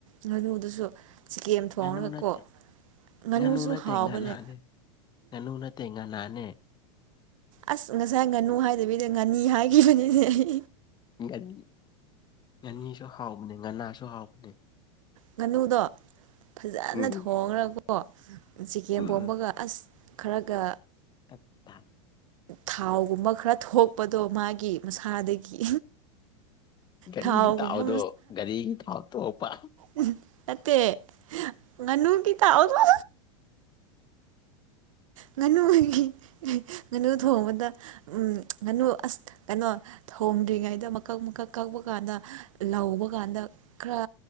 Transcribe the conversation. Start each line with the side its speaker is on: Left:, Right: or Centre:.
Right: ꯉꯥꯅꯨꯗꯨꯁꯨ ꯆꯤꯀꯦꯝ ꯊꯣꯡꯉꯒꯀꯣ
Left: ꯉꯥꯅꯨ ꯅꯠꯇꯦ
Right: ꯉꯥꯅꯨꯁꯨ
Left: ꯉꯥꯅꯨ ꯅꯠꯇꯦ
Right: ꯍꯥꯎꯕꯅꯦ
Left: ꯉꯥꯅꯥꯅꯦ ꯉꯥꯅꯨ ꯅꯠꯇꯦ ꯉꯅꯥꯅꯦ
Right: ꯑꯁ ꯉꯁꯥꯏ ꯉꯥꯅꯨ ꯍꯥꯏꯗꯕꯤꯅꯦ ꯉꯥꯅꯤ ꯍꯥꯏꯈꯤꯕꯅꯤꯅꯦ ꯑꯩ
Left: ꯉꯥꯅꯤ ꯉꯥꯅꯤꯁꯨ ꯍꯥꯎꯕꯅꯦ ꯉꯥꯅꯁꯨ ꯍꯥꯎꯕꯅꯦ
Right: ꯉꯥꯅꯨꯗꯣ ꯐꯖꯅ
Left: ꯎꯝ
Right: ꯊꯣꯡꯉ꯭ꯔꯀꯣ ꯆꯤꯀꯦꯝ
Left: ꯎꯝ
Right: ꯄꯣꯝꯕꯒ ꯑꯁ ꯈꯔꯒ
Left: ꯇ ꯊ
Right: ꯊꯥꯎꯒꯨꯝꯕ ꯈꯔ ꯊꯣꯛꯄꯗꯣ ꯃꯥꯒꯤ ꯃꯁꯥꯗꯒꯤ
Left: ꯒꯔꯤꯒꯤ
Right: ꯊꯥꯎꯒꯨꯝꯕ
Left: ꯗꯥꯎꯗꯣ ꯒꯔꯤꯒꯤ ꯊꯥꯎ ꯇꯣꯄ
Right: ꯎ ꯅꯠꯇꯦ ꯉꯥꯅꯨꯒꯤ ꯇꯥꯛꯑꯣꯗ ꯉꯥꯅꯨꯒꯤ ꯉꯥꯅꯨ ꯊꯣꯡꯕꯗ ꯎꯝ ꯉꯥꯅꯨ ꯑꯁ ꯀꯩꯅꯣ ꯊꯣꯝꯗ꯭ꯔꯤꯉꯩꯗ ꯃꯀꯛ ꯃꯀꯛ ꯀꯛꯄ ꯀꯥꯟꯗ ꯂꯧꯕ ꯀꯥꯟꯗ ꯈꯔ